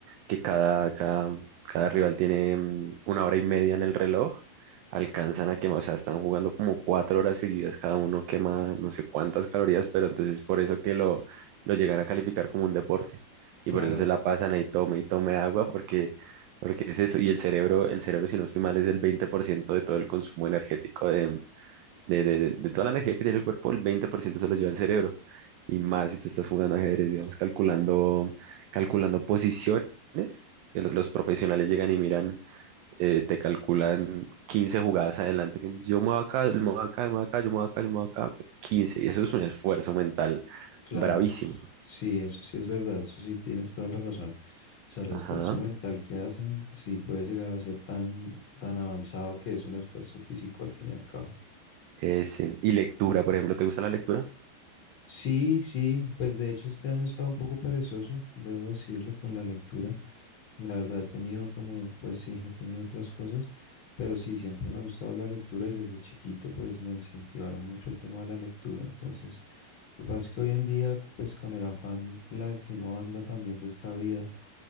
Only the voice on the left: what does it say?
Claro,
claro.
Sí, eso sí es verdad, eso sí tienes toda la razón. O sea, el
esfuerzo mental que hacen sí puede llegar a ser tan, tan avanzado que es un esfuerzo físico al fin y al cabo.
Sí, sí, pues de hecho este año estaba un poco perezoso, debo decirlo, con la lectura. La verdad he tenido como, pues sí, he tenido otras cosas, pero sí, siempre me ha gustado la lectura y desde chiquito pues me incentivaron mucho el tema de la lectura. Entonces, lo que pasa es que hoy en día, pues con el afán en la que uno anda también de esta vida,